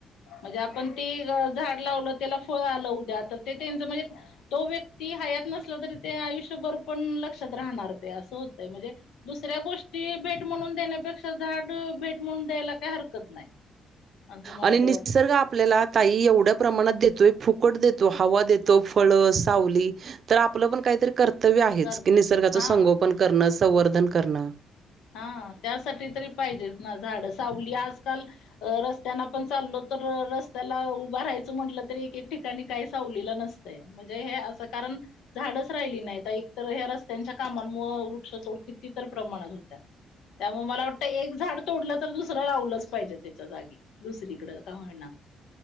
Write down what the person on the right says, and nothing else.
आणि निसर्ग
आपल्याला ताई एवढ्या प्रमाणात देतोय फुकट देतो हवा देतो फळ, सावली तर आपलं पण काहीतरी कर्तव्य आहे
की निसर्गाचं
संगोपन करणं संवर्धन करणं.